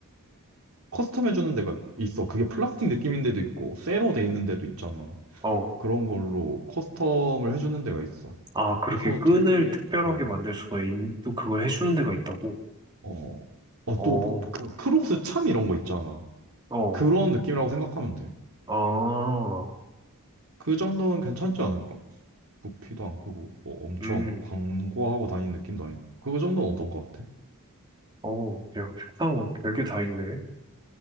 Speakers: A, on the right; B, on the right.
A: 커스텀해주는 데가 있어. 그게 플라스틱 느낌인 데도 있고, 쇠로 돼 있는 데도 있잖아.
B: 어.
A: 그런 걸로 커스텀을 해주는 데가 있어.
B: 아, 그렇게
A: 그래서
B: 끈을
A: 되게,
B: 특별하게
A: 어,
B: 만들 수가 있, 또 그걸 해주는 데가 있다고?
A: 어, 어,
B: 어,
A: 또, 그, 크록스 참 이런 거 있잖아.
B: 어,
A: 그런 느낌이라고 생각하면 돼.
B: 아,
A: 그 정도는 괜찮지 않을까? 부피도 안 크고, 뭐 엄청
B: 음,
A: 광고하고 다니는 느낌도 아니고. 그 정도는 어떤 것 같아?
B: 어, 야, 세상 별게 다 있네.